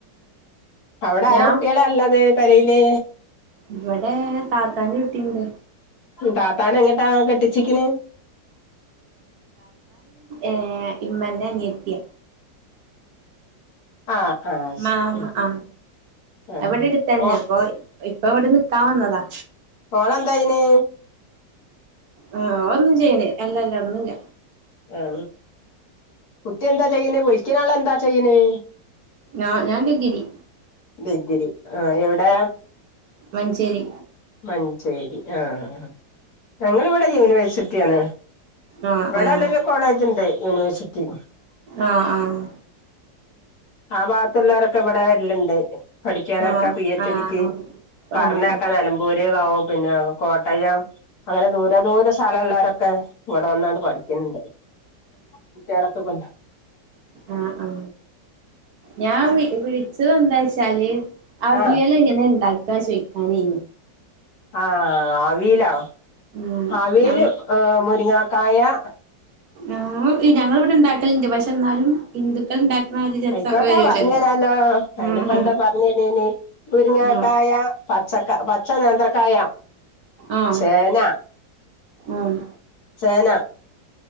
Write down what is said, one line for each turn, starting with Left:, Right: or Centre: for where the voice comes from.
Left: അവിടെ ആര
Right: ഞാൻ
Left: കുട്ടികളല്ലാത് പെരയില്
Right: ഇവിടെ താത്താൻ കുട്ടിണ്ട്
Left: താത്താന എങ്ങട്ടാ കെട്ടിച്ചിക്കിന്
Right: ഏ ഇമ്മന്റെ നെത്തിയ
Left: ആ ആ
Right: മാ
Left: ശരി
Right: മ് ആ
Left: ആ
Right: അവിടെ എടുത്തന്നെ
Left: മോ
Right: അപ്പൊ ഇപ്പൊ അവിടെന്ന് കാ വന്നതാ
Left: ങ് ള എന്താായിന്
Right: ആ ഒന്നും ചെയ്ണി അല്ലല്ല ഒന്നുംല്ല
Left: ആ കുട്ടി എന്താ ചെയ്ണ്? വിളിക്കിണ ആൾ എന്താ ചെയ്ണെ
Right: ഞാ ഞാൻ ഡി ഗി രി
Left: ഡിഗ്രി ആ എവിടെ
Right: മഞ്ചേരി
Left: മഞ്ചേരി ആഹ ആ ഞങ്ങിവിടെ യൂണിവേഴ്സിറ്റിയ ആണ്
Right: ആഹ്
Left: ഇവിടെ
Right: ആഹ്
Left: അല്ലെങ്കിൽ കോളേജ് ഉണ്ട് യൂണിവേഴ്സിറ്റി
Right: ആഹ്
Left: ആ ഭാഗത്തുള്ളവരൊക്കെ ഇവിടെ വരനുണ്ട് പഠിക്കാനൊക്കെ
Right: ആഹ്
Left: പി എച്ച്ടിക്ക്
Right: ആഹ്
Left: പറഞ്ഞൊക്കെ
Right: ആഹ് ആഹ് ആഹ് ആഹ്
Left: നിലമ്പൂര് പിന്നെ കോട്ടയം അങ്ങനെ ദൂരെ ദൂര സ്ഥലംള്ളവരൊക്കെ ഇവിടെ വന്നണ്ട് പഠിക്കുന്നുണ്ട് കുട്ടികളൊക്കെ കൊണ്ട്
Right: ആഹ ആഹ ഞാൻ വിളിച്ചത് എന്താചാല് അവിയല്
Left: ആ
Right: എങ്ങനെ ഉണ്ടാക്കുക ചോദിക്കാനി
Left: ആഹ അവിയലോ,
Right: ഉം
Left: അവിയല്
Right: ഞങ്ങ
Left: ഏ മുരിങ്ങാക്കായ-
Right: ആ് ഞങ്ങ ഇവിടെ ഇണ്ടാക്കല ഇന്റെ പക്ഷെ എന്നാലും- ഹിന്ദുക്കൾ ഇണ്ടാക്കണ ഒരു രസം
Left: ആയിക്കോട്ടെ
Right: വരൂലല്ലോ
Left: പറഞ്ഞ തരാലോ അയിനിപ്പ
Right: ആഹ്
Left: എന്താ പറഞ്ഞരന് മുരിങ്ങാക്കായ-
Right: ആഹ്
Left: പച്ചക്ക പച്ച നേന്ത്രക്കായ
Right: ആഹ്
Left: ചേന
Right: ആഹ്
Left: ചേന